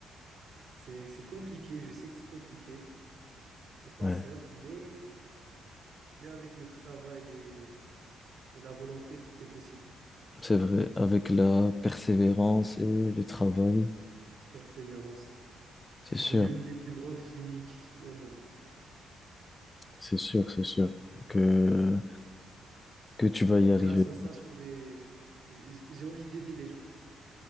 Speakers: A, on the right; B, on the left.
A: C'est, c'est compliqué, je sais que c'est compliqué, c'est pas
B: Ouais,
A: simple, mais, mais avec le travail et, et la volonté, tout est possible.
B: c'est vrai, avec la persévérance et le travail,
A: Persévérance.
B: c'est sûr,
A: Je veux l'une des plus grandes cliniques au monde.
B: c'est sûr, c'est sûr que, que tu vas y
A: Et
B: arriver.
A: grâce à ça, je pourrais, j'ai j'ai envie d'aider les gens.